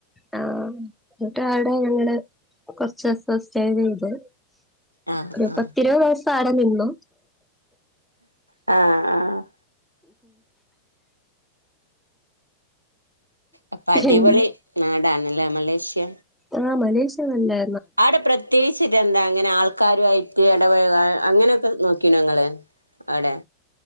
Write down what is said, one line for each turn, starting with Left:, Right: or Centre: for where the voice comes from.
Centre: ആ ന്നിട്ട് അവിടെ ഞങ്ങള് കൊറച്ചുസം സ്റ്റേ ചെയ്ത്
Right: ആഹ്
Centre: ഒരു
Right: ആഹ്
Centre: പത്തിരുപത് ദിവസം ആടെ നിന്നു
Right: ആ ആ അപ്പൊ
Centre: പിന്നെ
Right: അടിപൊളി നാടാണല്ലേ മലേഷ്യ
Centre: ആ മലേഷ്യ നല്ലേ
Right: അവിടെ പ്രത്യേകിച്ചിട്ടെന്താ ങ്ങനെ ആൾക്കാരായിട്ട് എടപയകാൻ അങ്ങനൊക്കെ നോക്കിനോ ങ്ങള് അവടെ